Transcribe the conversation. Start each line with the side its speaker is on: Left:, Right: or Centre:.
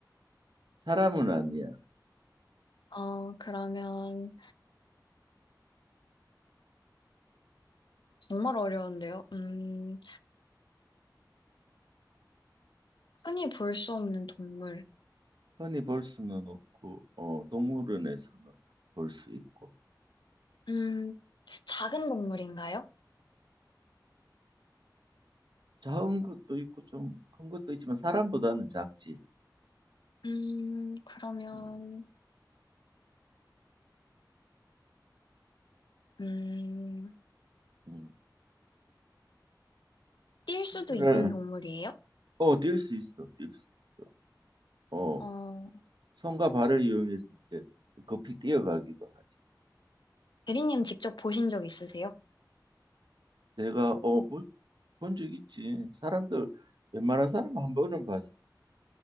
Right: 사람은 아니야.
Left: 어, 그러면 정말 어려운데요. 음, 흔히 볼 수 없는 동물.
Right: 흔히 볼 수는 없고, 어, 동물원에서는 볼 수 있고.
Left: 음, 작은 동물인가요?
Right: 작은 것도 있고, 좀 큰 것도 있지만 사람보다는 작지.
Left: 음, 그러면
Right: 음,
Left: 음,
Right: 음.
Left: 뛸 수도
Right: 그래.
Left: 있는 동물이에요?
Right: 어, 뛸 수 있어. 뛸 수 있어. 어,
Left: 어,
Right: 손과 발을 이용해서 이렇게 급히 뛰어가기도 하지.
Left: 대리님 직접 보신 적 있으세요?
Right: 내가, 어, 본, 본적 있지. 사람들, 웬만한 사람 한 번은 봤어.